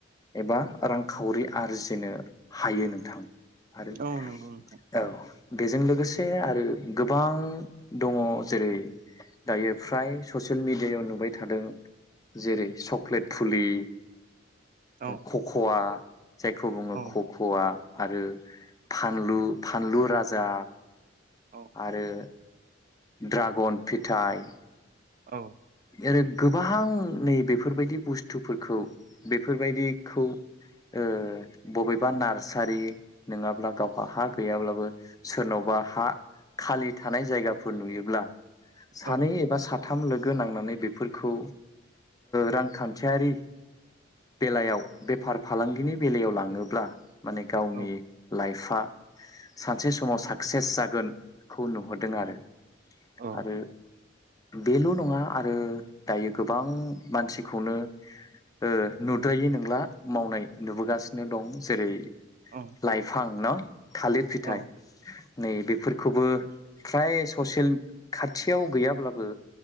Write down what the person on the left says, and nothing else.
एबा रांखावरि आरजिनो हायो नोंथां। आरो
औ बेजों लोगोसे आरो गोबां दङ जेरै दायो फ्राय ससियेल मेडियाायाव नुबाय थादों जेरै चक्लेट फुलि
खख'आ जायखौ बुङो
खख'आ। आरो फानलु- फानलु राजा
आरो ड्रागन फिथाइ
आरो गोबां नै बेफोरबायदि बुस्थुफोरखौ बेफोरबायदिखौ ओ बबेबा नार्सारि नङाब्ला गावहा हा गैयाब्लाबो सोरनावबा हा खालि थानाय जायगाफोर नुयोब्ला सानै
एबा साथाम <unintelligible> <unintelligible> नांनानै बेफोरखौ रांखान्थियारि बेलायाव बेफार -फालांगिनि बेलायाव लाङोब्ला माने गावनि
लाइफ <unintelligible> सानसे समाव साक्सेस जागोनखौ नुहरदों आरो ।
आरो बेल' नङा। आरो दायो गोबां मानसिखौनो ओ नुद्रायै नंला मावनाय नुबोगासिनो दं जेरै
लाइफां न' थालिर फिथाइ
नै बेफोरखौबो फ्राय ससियेल खाथियाव गैयाब्लाबो